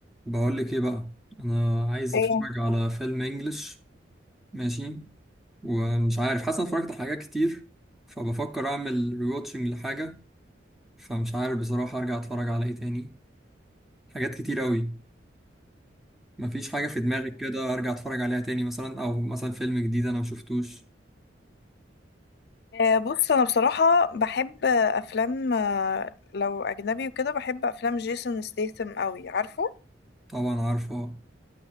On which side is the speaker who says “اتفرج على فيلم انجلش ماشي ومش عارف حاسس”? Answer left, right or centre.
Centre